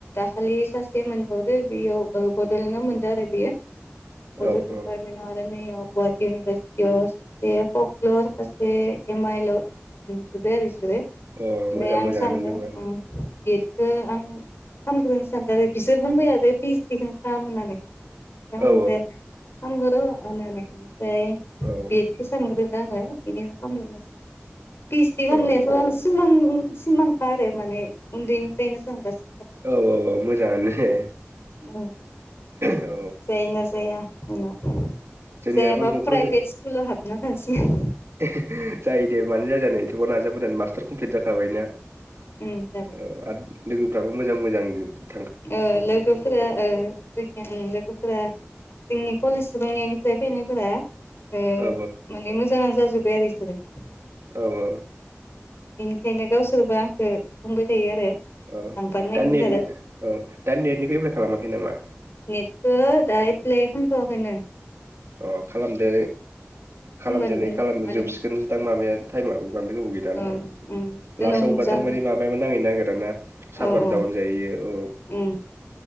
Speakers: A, on the left; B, on the right.
A: खालि सासे मोनबावदो बेयाव ओ बड'लेण्डआव मोनदो आरो बियो बद'
B: औ
A: दिपारमेन्टाव आरो नैयाव गुवाहाटी इउनिभारसिटिआव सेआ फक्लर खासे एम आइ एल आव मोनजोब्बाय आरो इसो <inaudible> ओमफ्राय
B: औ अ मोजां
A: आं
B: मोजाङानो
A: सानदो
B: जोङो
A: ओम बि एड खो आं खामग्रोनो सानदो आरो बिसोर बुंबाय हादो पि ओच डि खोनो खाम होननानै ओमफाय आं
B: औ
A: बुंदो खामगोन र' होननानै <inaudible> ओमफाय
B: औ
A: बि एड दा आङो बिदिनो खामगोन होनना सानदो पि ओच डि
B: औ
A: खामनायाथ' सिमां-सिमां बा आरो माने उन्दैनिफ्रायनो सानगास
B: औ-औ-औ मोजाङानो।
A: ओं
B: औ
A: जायोना जाया उनाव
B: जोंनियाबो
A: जायाबा
B: न'खराव
A: प्राइभेट स्कुलाव हाबना थासिगोन
B: <unintelligible> जायो दे मानो जाया जानो। ज' नाजा बोनानै माष्टार कमप्लिथ जादों हाबायना
A: उम जाबाय
B: औ आरो लोगोफ्राबो मोजां-मोजां जोबदों
A: ओ लोगोफोरा ओ जायखिया लोगोफोरा जोंनि कलेज रङियानिफ्राय फैनायफोरा ओ
B: औ
A: माने मोजाङानो जाजोब्बाय आरो बिसोरो।
B: औ औ।
A: खायनो गावसोरबो आंखो बुंबाय थायो आरो।
B: औ
A: लांफानो नागिरबाय
B: दा नेट
A: थादों
B: औ दा नेटनिखौ एप्लाइ खालामाखै नामा?
A: नेटखौ दा एफलाय खनथ'वाखैनो।
B: अ खालामदो
A: खामगोन
B: खालामदो नै खालामदो
A: माने
B: जोबसिगोनसो दां माबाया टाइमाबो बांद्राय गोबाव गैलानदां
A: औ उम जोंनाव
B: लासआवबा
A: जागोन
B: थारमाने माबायाबो नांहैनो नागिरा ना सारभार
A: औ औ
B: डाउन जायो औ।
A: उम